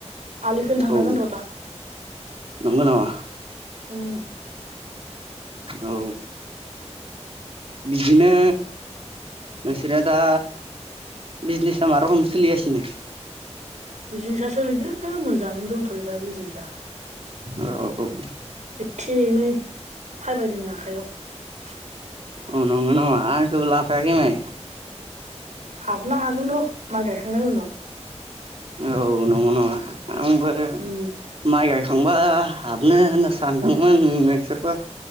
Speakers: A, on the right; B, on the right.
A: आलिखोनो थांनांगोन
B: औ
A: र दा
B: नंगौ नामा
A: अम
B: औ बिदिनो नोंसोरो दा बिजनेसा मा रखम सोलिगसिनो
A: बिजनेसा सोलिदो दा मोजांङैनो दंथयो दा बिजनेसा
B: ओ औ
A: एसे एनै फायबायदों आखाय आव
B: अ नंगौ नामा आंखौबो लाफायाखै मायो।
A: हाबनो हागोन र माय गायखांनायनि उनाव
B: औ नंगौ नामा आंबो
A: उम
B: माय गायखां बा हाबनो होनना सानदोंमोन नोंसोरबो